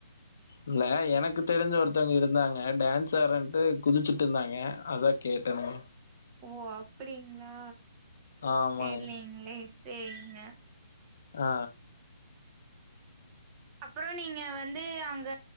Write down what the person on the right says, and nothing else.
ஓ அப்டிங்ளா
தெரிலங்ளே சேரிங்க
அப்புறோ நீங்க வந்து அங்க